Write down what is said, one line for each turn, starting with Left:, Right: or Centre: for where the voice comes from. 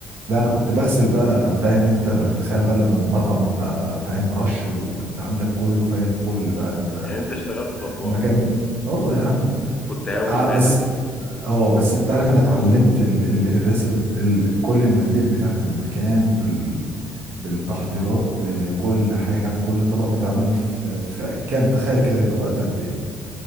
Right: لا انا كنت بغسل بقى فاهم انت تخيل بقى لما المطعم يبقى فاهم رش و... وانت عندك كله فاهم فل بقى
Left: <laughs>
Right: انت
Left: يعني انت اشتغلت طباخ
Right: المكان اه يا عم
Left: وكنت هاوي
Right: ع-
Left: المهنه
Right: بس
Left: دي
Right: اه بس انت عارف انا اتعلمت ال... ال... الريسبي بت... ال... كل المقادير بتاعت المكان بال... بالتحضيرات بكل حاجه بكل طبق بيتعمل في... في كام تخيل كده وقت قد ايه